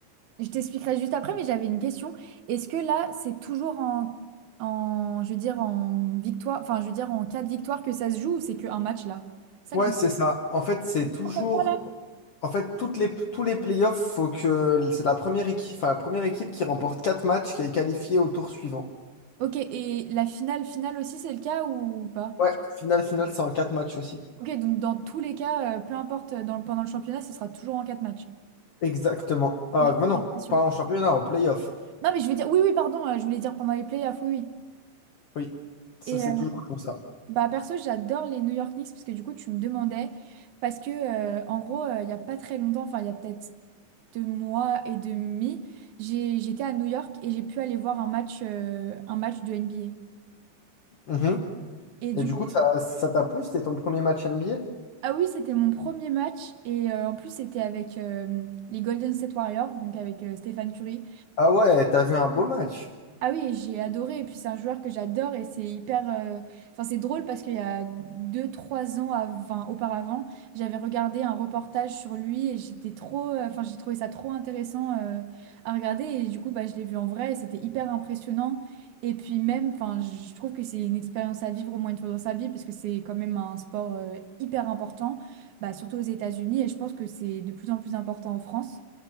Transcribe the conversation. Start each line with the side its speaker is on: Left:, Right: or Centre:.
Right: je t'expliquerai juste après, mais j'avais une question. Est-ce que là, c'est toujours en, en, je veux dire, en victoire, enfin, je veux dire, en cas de victoire que ça se joue ou c'est qu'un match là? C'est
Left: Ouais,
Right: ça que je me
Left: c'est ça. En fait, c'est toujours.
Right: Pourquoi pas, là?
Left: En fait, toutes les, tous les playoffs, faut que c'est la première équipe, enfin, la première équipe qui remporte 4 matchs qui est qualifiée au tour suivant.
Right: Ok, et la finale, finale aussi, c'est le cas ou pas?
Left: Ouais, finale, finale, c'est en 4 matchs aussi.
Right: Ok, donc dans tous les cas, euh, peu importe euh, dans, le- pendant le championnat, ce sera toujours en quatre de
Left: Exactement. Ah,
Right: Ok,
Left: mais non,
Right: j'étais pas sûr.
Left: pas en championnat, en play-off.
Right: Non, mais je veux dire, oui, oui, pardon, euh, je voulais dire pendant les playoffs, oui,
Left: Oui, ça
Right: oui.
Left: c'est toujours comme ça.
Right: Bah perso, j'adore les New York Knicks parce que du coup, tu me demandais parce que euh, en gros, euh, il y a pas très longtemps, enfin il y a peut-être deux mois et demi, j'ai j'étais à New York et j'ai pu aller voir un match euh, un match de NBA.
Left: Mhm.
Right: Et du
Left: Et du
Right: coup,
Left: coup, ça, ça t'a plu? C'était ton premier match NBA?
Right: ah oui, c'était mon premier match et euh, en plus c'était avec euh, les Golden State Warriors, donc avec euh, Stephen Curry.
Left: Ah ouais, t'as vu un beau match.
Right: Ah oui, j'ai adoré. Et puis c'est un joueur que j'adore et c'est hyper. euh, Enfin, c'est drôle parce qu'il y a deux trois ans à- enfin, auparavant, j'avais regardé un reportage sur lui et j'étais trop. euh, Enfin, j'ai trouvé ça trop intéressant euh, à regarder. Et du coup, bah, je l'ai vu en vrai et c'était hyper impressionnant. Et puis même, enfin, je trouve que c'est une expérience à vivre au moins une fois dans sa vie parce que c'est quand même un sport euh, hyper important, bah, surtout aux États-Unis. Et je pense que c'est de plus en plus important en France.